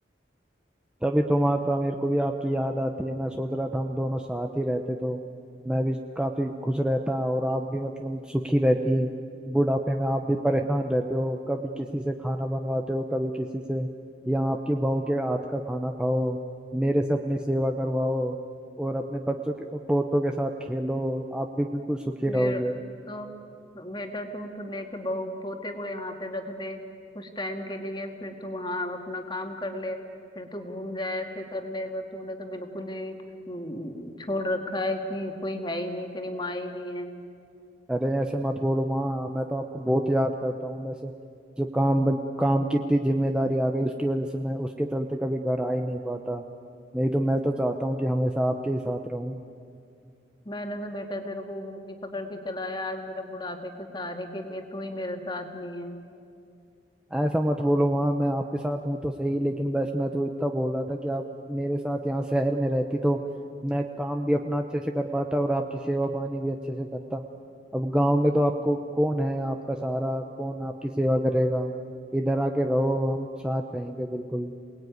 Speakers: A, in the centre; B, on the left.
A: तभी तुम आता मेरे को भी आपकी याद आती है मैं सोच रहा था हम दोनों साथ ही रहते तो मैं भी काफी खुश रहता और आप भी मतलब सुखी रहती बुढ़ापे में आप भी परेशान रहते हो कभी किसी से खाना बनवाते हो कभी किसी से या आपकी बहू के हाथ का खाना खाओ मेरे से अपनी सेवा करवाओ और अपने बच्चों के पोतों के साथ खेलो आप भी बिल्कुल सुखी
B: मेरे
A: रहोगे
B: तो बेटा तू तू लेके बहू पोते को यहाँ पे रख दे कुछ टाइम के लिए फिर तू वहाँ अपना काम कर ले फिर तू घूम जाए ऐसे कर ले पर तूने तो बिल्कुल ही हम्म, छोड़ रखा है कि कोई है ही नहीं तेरी माँ ही नहीं है
A: अरे ऐसे मत बोलो माँ मैं तो आपको बहुत याद करता हूँ वैसे जो काम बन- काम की इतनी जिम्मेदारी आ गई उसकी वजह से मैं उसके चलते कभी घर आ ही नहीं पाता नहीं तो मैं तो चाहता हूँ कि हमेशा आपके ही साथ रहूँ
B: मैंने तो बेटा तेरे को उंगली पकड़ के चलाया आज मेरा बुढ़ापे के सहारे के लिए तू ही मेरे साथ नहीं है
A: ऐसा मत बोलो माँ मैं आपके साथ हूँ तो सही लेकिन बस मैं तो इतना बोल रहा था कि आप मेरे साथ यहाँ शहर में रहती तो मैं काम भी अपना अच्छे से कर पाता और आपकी सेवा पानी भी अच्छे से करता अब गांव में तो आपको कौन है आपका सहारा कौन आपकी सेवा करेगा इधर आके रहो हम साथ रहेंगे बिल्कुल